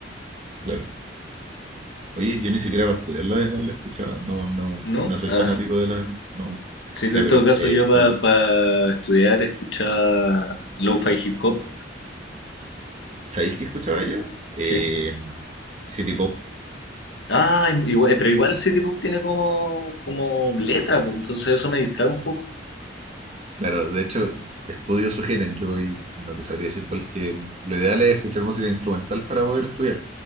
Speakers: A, on the right; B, on the left.
A: claro. Oye, yo ni siquiera para estudiar la, la escuchaba. No, no,
B: ¿no?
A: no soy
B: Ah,
A: fanático de la. No.
B: sí, en
A: Ya, pero
B: todo caso
A: eh,
B: yo
A: por-
B: para estudiar escuchaba lo-fi hip hop
A: ¿sabéis qué escuchaba yo? Eh,
B: ¿Qué?
A: City Pop.
B: Ah, igual- eh, pero igual City Pop tiene como, como letra, pues, entonces eso me distrae un poco.
A: Claro, de hecho, estudios sugieren, yo y no te sabría decir cuál, que lo ideal es escuchar música instrumental para poder estudiar.